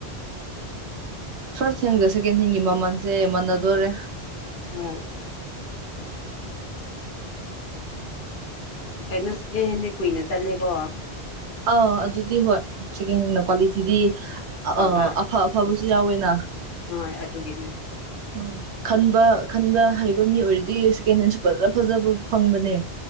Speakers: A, on the right; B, on the left.
A: ꯐꯥꯔꯁ ꯍꯦꯟꯒ ꯁꯦꯀꯦꯟ ꯍꯦꯟꯒꯤ ꯃꯃꯟꯁꯦ ꯃꯥꯟꯅꯗꯣꯔꯦ
B: <unintelligible> ꯀꯩꯅꯣ ꯁꯤꯀꯦꯟ ꯍꯦꯟꯗꯤ ꯀꯨꯏꯅ ꯆꯠꯂꯦꯀꯣ
A: ꯑꯥ ꯑꯗꯨꯗꯤ ꯍꯣꯏ ꯁꯦꯀꯦꯟ ꯍꯦꯟꯅ ꯀ꯭ꯋꯥꯂꯤꯇꯤꯗꯤ
B: ꯐꯕ
A: ꯑ ꯑꯐ ꯑꯐꯕꯁꯨ ꯌꯥꯎꯋꯦꯅ
B: ꯍꯣꯏ ꯑꯗꯨꯒꯤꯅꯦ
A: ꯎꯝ ꯈꯟꯕ ꯈꯟꯕ ꯍꯩꯕ ꯃꯤ ꯑꯣꯏꯔꯗꯤ ꯁꯦꯀꯦꯟ ꯍꯦꯟꯁꯨ ꯐꯖ ꯐꯖꯕ ꯐꯪꯕꯅꯦ